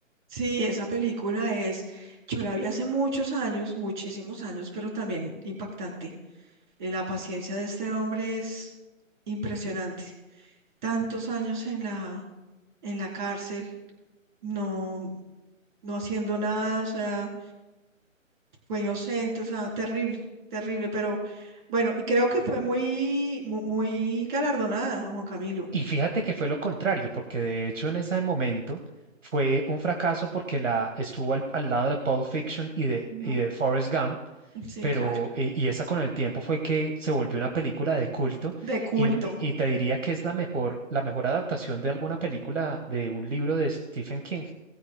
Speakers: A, on the right; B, on the right.
A: Sí, esa película es, yo la vi hace muchos años, muchísimos años, pero también impactante. Eh, La paciencia de este hombre es impresionante. Tantos años en la, en la cárcel, no, no haciendo nada, o sea, fue inocente, o sea, terrible, terrible, pero bueno, y creo que fue muy, mu- muy galardonada, Juan Camilo.
B: Y fíjate que fue lo contrario, porque de hecho en ese momento fue un fracaso porque la estuvo al, al lado de Pulp Fiction y de,
A: Ujú.
B: y de Forrest Gump,
A: Sí,
B: pero
A: claro.
B: eh, y esa con el tiempo fue que se volvió una película de culto
A: De culto.
B: y, y- y te diría que es la mejor, la mejor adaptación de alguna película de un libro de Stephen King.